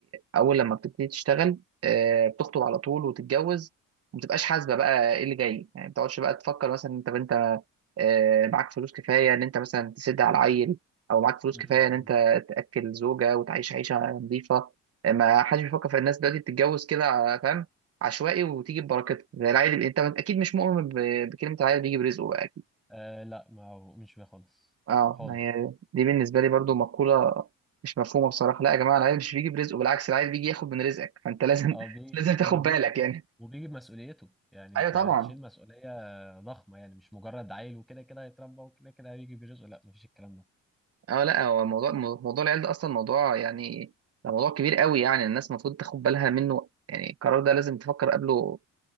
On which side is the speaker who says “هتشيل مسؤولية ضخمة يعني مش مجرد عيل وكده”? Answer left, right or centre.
Centre